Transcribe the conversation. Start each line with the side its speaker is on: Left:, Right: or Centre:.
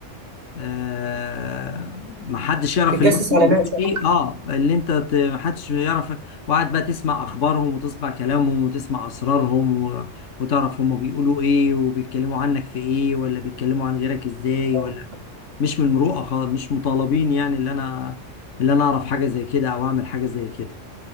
Left: آه محدش يعرف
Right: تتجسس
Left: اللي انت
Right: على
Left: موجود
Right: ناس يعني.
Left: فيه اه اللي انت ت- محدش يعرف وقاعد بقى تسمع اخبارهم وتسمع كلامهم وتسمع اسرارهم و... وتعرف هما بيقولوا ايه وبيتكلموا عنك في ايه ولا بيتكلموا عن غيرك ازاي
Right: اه
Left: ولا مش من المروءه خالص مش مطالبين يعني اللي انا اللي انا اعرف حاجه زي كده او اعمل حاجه زي كده